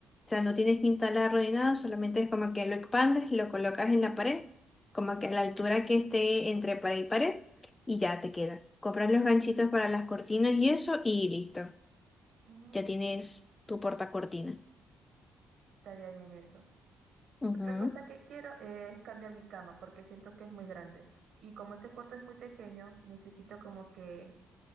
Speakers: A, on the left; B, on the right.
A: O sea, no tienes que instalarlo ni nada, solamente es como que lo expandes y lo colocas en la pared, como que a la altura que esté entre pared y pared, y ya te queda. Compras los ganchitos para las cortinas y eso, y listo.
B: Mm,
A: Ya tienes tu portacortina.
B: Estaría bien eso.
A: Ujú.
B: Otra cosa que quiero es cambiar mi cama porque siento que es muy grande. Y como este cuarto es muy pequeño, necesito como que